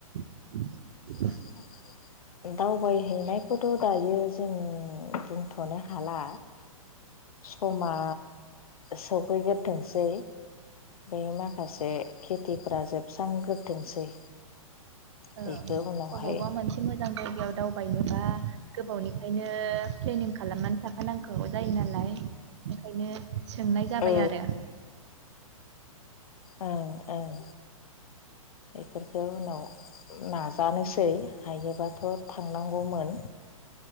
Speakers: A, on the right (about 55°); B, on the left (about 85°).
A: <inaudible>
B: <unintelligible> दावबायहैनायखौथ' दायो जों बुंथ'नो हाला। समा सौफैगोर थोंसै बे माखासे खेथिफ्रा जोबस्रांग्रोथोंसै।
A: ओ
B: बेखौ उनावहाय
A: अबावबा मोनसे मोन मोजां जायगायाव दावबायनोबा गोबावनिफ्रायनो प्लेनिं खालामनानै था खा नांखागौ जायो नालाय ओंखायनो सोंनाय जाबाय
B: औ
A: आरो।
B: ओं ओं बेफोरखौ उनाव नाजानोसै हायोबाथ' थांनांगौमोन।